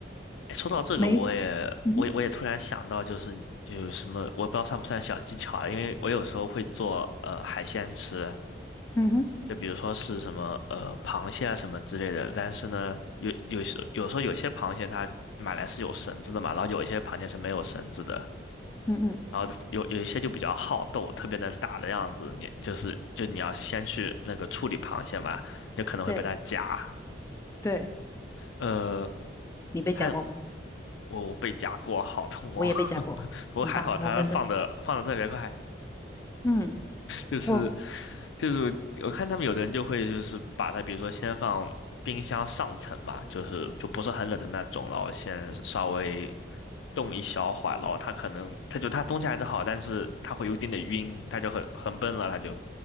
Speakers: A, on the left; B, on the left.
A: 哎，说到这个，
B: 没，
A: 我也我也我也突然想到，
B: 嗯哼，
A: 就是你就有什么，我不知道算不算小技巧了，因为我有时候会做呃海鲜吃。
B: 嗯哼，
A: 就比如说是什么呃螃蟹啊什么之类的，但是呢，有有时有时候有些螃蟹它买来是有绳子的嘛，然后有一些螃蟹是没有绳子的，
B: 嗯嗯，
A: 然后有有一些就比较好斗，特别能打的样子，你就是就你要先去那个处理螃蟹嘛，就可能会被它夹，
B: 对对，
A: 呃，
B: 你被夹过吗？
A: 看我被夹过，好痛哦，
B: 我也被夹过，
A: <laughs> 不过还好它放的放的特别快，
B: 很棒，我们都，嗯，
A: 就是
B: 我
A: 就是我看他们有的人就会就是把它，比如说先放冰箱上层嘛，就是就不是很冷的那种，然后先稍微冻一小会儿，然后它可能它就它东西还是好，但是它会有一点点晕，它就很很笨了，它就